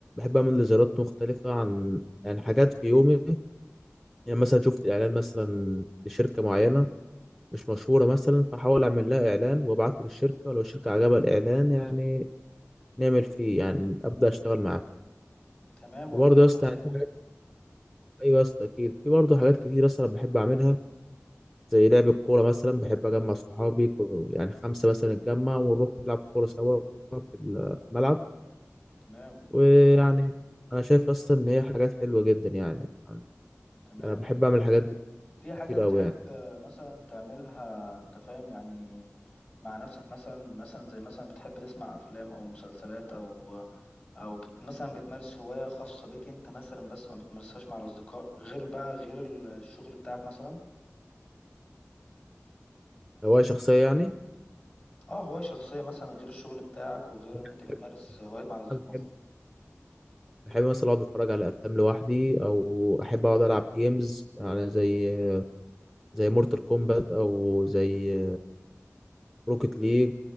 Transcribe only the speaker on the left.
تمام والله
كويس
جدا
تمام
تمام
في حاجة
بتحب
آه، مثلا تعملها انت فاهم يعني مع نفسك مثلا مثلا زي مثلا بتحب تسمع افلام او مسلسلات او او بت مثلا بتمارس هواية خاصة بيك انت مثلا بس ما بتمارسهاش مع الاصدقاء غير بقى غير ال- الشغل بتاعك مثلا
اه هواية شخصية مثلا غير الشغل بتاعك وغير
ان انت بتمارس هوايات مع الاصدقاء